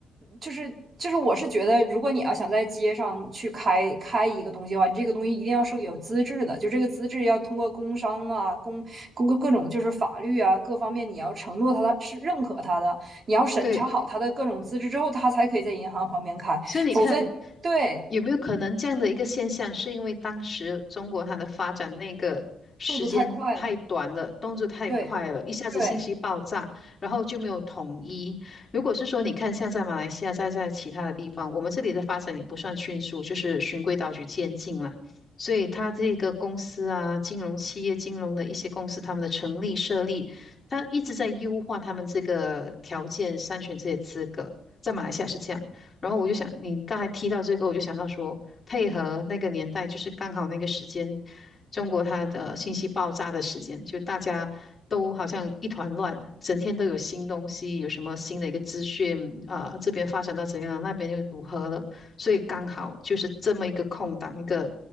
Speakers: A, on the right (about 40°); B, on the left (about 30°).
A: 就是就是我是觉得，如果你要想在街上去开开一个东西的话，你这个东西一定要是有资质的，就这个资质要通过工商啊、工、公各种就是法律啊各方面，你要承诺他是认可他的，你要审查好他的各种资质之后，
B: 对。
A: 他才可以在银行旁边开，
B: 所以你看，
A: 否则对
B: 有没有可能这样的一个现象，是因为当时中国它的发展那个时间太短了，
A: 速度太快了，
B: 动作太快了，
A: 对
B: 一下子信息爆炸，
A: 对
B: 然后就没有统一。如果是说你看，像在马来西亚，再在其他的地方，我们这里的发展也不算迅速，就是循规蹈矩渐进了。所以它这个公司啊，金融企业、金融的一些公司，他们的成立设立，它一直在优化他们这个条件，筛选这些资格。在马来西亚是这样。然后我就想，你刚才提到这个，我就想到说，配合那个年代，就是刚好那个时间，中国它的信息爆炸的时间，就大家都好像一团乱，整天都有新东西，有什么新的一个资讯啊、这边发展到怎样，那边又如何了，所以刚好就是这么一个空档，一个